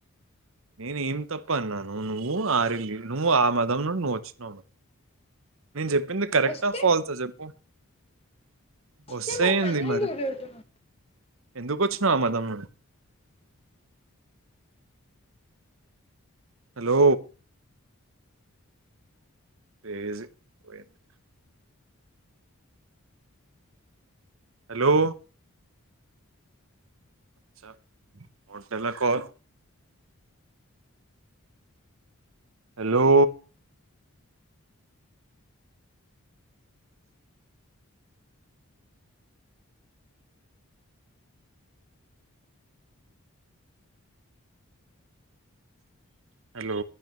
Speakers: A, on the right; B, on the left.
A: నేను ఏం తప్ప అన్నాను నువ్వు ఆ రల్లి నువ్వు ఆ మదం నుండి నువ్వు వచ్చినావు మ నేను చెప్పింది కరెక్టా
B: వస్తే
A: ఫాల్సా చెప్పు
B: వస్తే
A: వస్తేంది
B: మరి నన్ను
A: మరి
B: ఎందుకు తిడుతున్నావ్
A: ఎందుకుచ్చన్నా అమా తమ హలో తజ పోంది హలో చ హోటెలాకు హలో హలో